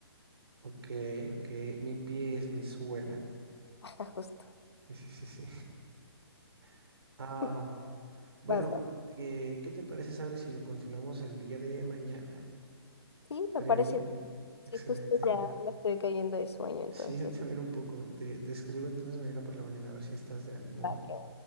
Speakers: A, on the right (about 70°); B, on the left (about 75°).
A: Ok, ok, mi pie es mi suela. <laughs>
B: Ajá, justo.
A: Sí, sí, sí, sí. <laughs> Ah,
B: <laughs>
A: bueno,
B: Vas, vas.
A: eh, ¿qué te parece, Sabri, si lo continuamos el día de mañana?
B: Sí,
A: ¿Estaría
B: me parece.
A: bien?
B: Sí,
A: Excelente.
B: justo ya me estoy cayendo de sueño, entonces.
A: Sí, yo también un poco. Te, te escribo entonces mañana por la mañana a ver si estás de ánimo,
B: Va
A: ¿va?
B: que va.